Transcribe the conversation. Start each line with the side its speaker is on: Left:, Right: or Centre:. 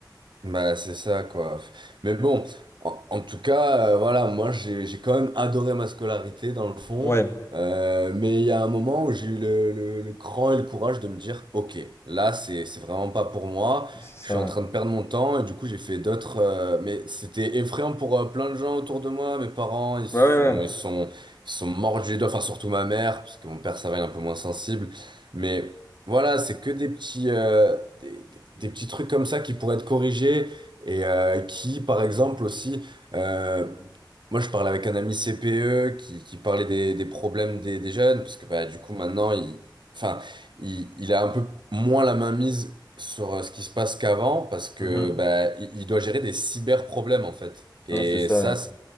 Right: Bah, c'est ça, quoi. Mais bon, en, en tout cas, euh, voilà, moi, j'ai, j'ai quand même adoré ma scolarité, dans le fond.
Left: Ouais,
Right: Euh, mais il y a un moment où j'ai eu le, le, le cran et le courage de me dire, OK, là, c'est, c'est vraiment pas pour moi.
Left: c'est
Right: Je
Left: ça.
Right: suis en train de perdre mon temps. Et du coup, j'ai fait d'autres... euh, mais c'était effrayant pour euh, plein de gens autour de moi. Mes parents, ils sont,
Left: Ouais, ouais,
Right: ils sont, ils sont mordus du doigt. Enfin, surtout ma mère, parce que mon père, ça va, il est un peu moins sensible. Mais... Voilà, c'est que des petits, euh, des, des- des petits trucs comme ça qui pourraient être corrigés et euh, qui, par exemple, aussi, euh, moi je parlais avec un ami CPE qui, qui parlait des, des problèmes des, des jeunes, parce que bah, du coup maintenant, il, enfin, il, il a un peu moins la main mise sur euh, ce qui se passe qu'avant, parce que
Left: ouais. Mhm.
Right: bah, il, il doit gérer des cyber problèmes en fait. Et
Left: Ouais, c'est ça.
Right: ça,